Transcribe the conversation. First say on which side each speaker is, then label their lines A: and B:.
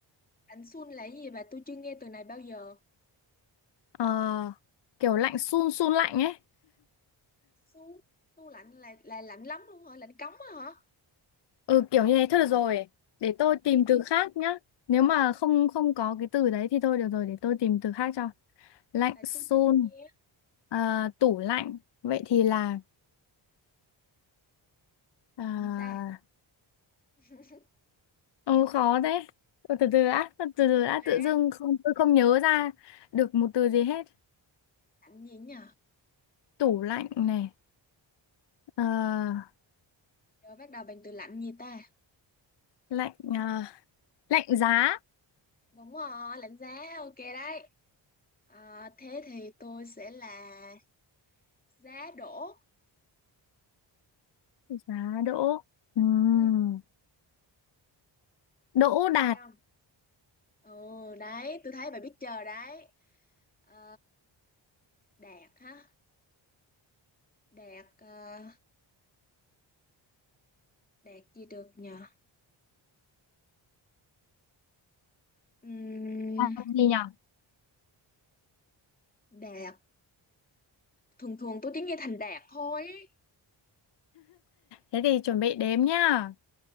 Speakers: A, on the left; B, on the left.
A: lạnh sun là cái gì bà? Tôi chưa nghe từ này bao giờ.
B: ờ, kiểu lạnh sun sun lạnh ấy
A: Su tủ lạnh là là lạnh lắm luôn hả? Lạnh cống á hả?
B: ừ kiểu như thế thôi được rồi để tôi tìm từ khác nhá nếu mà không không có cái từ đấy thì thôi được rồi để tôi tìm từ khác cho lạnh
A: Tại
B: sun
A: tôi chưa nghe.
B: ờ, tủ lạnh vậy thì là ờ,
A: Lạnh gì ta? <laughs>
B: ừ, khó đấy Ừ, từ từ đã từ từ
A: Chịu
B: đã
A: má.
B: tự dưng không tôi không nhớ ra được một từ
A: Ừ,
B: gì hết
A: lạnh gì nhỉ?
B: tủ lạnh này ờ,
A: Giờ bắt đầu bằng từ lạnh gì ta?
B: lạnh à, lạnh giá
A: Đúng rồi, lạnh giá. Ok đấy. À, thế thì tôi sẽ là giá đổ.
B: giá đỗ Ừm,
A: Ừ,
B: đỗ
A: ok
B: đạt
A: không Ừ đấy, tôi thấy bà biết chờ đấy. Ờ, đạt hả? Đạt ờ, đạt gì được nhờ? Ừm,
B: À, gì nhở?
A: đạt thường thường tôi chỉ nghe thành đạt thôi. ý.
B: thế thì chuẩn bị đếm nhá